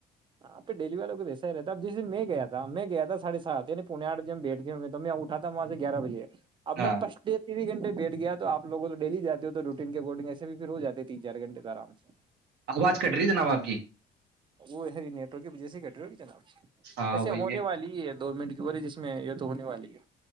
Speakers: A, on the right (about 30°); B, on the right (about 75°).
A: ہاں پہ ڈلی والوں کو ویسا ہی رہتا اب جس دن میں گیا تھا میں گیا تھا ساھے سات یع پنے آھج میں بیٹھ گئے تو میں اٹا تھا وہاں سے گیارہ بجے اب
B: ہاں
A: میں پچٹے تینس گھنٹے بیٹھ گیا تو آپوگوں تو ڈیلی جاتے ہو تو تو روٹین کے بورڈنگ ایسے بھی پھر ہو جاتی تین چار گھنے آرام سے
B: آواز کٹ رہی ہے جناب آپ جی
A: وہ ہے نیٹ ورک کی وجہ سے ہی کٹ رہی ہوگی جناب
B: ہاں
A: ایسے
B: وہی
A: ہونے
B: ہے
A: والی ہے دو منٹ کی وجہ جس میں یہ تو ہونے والی ہے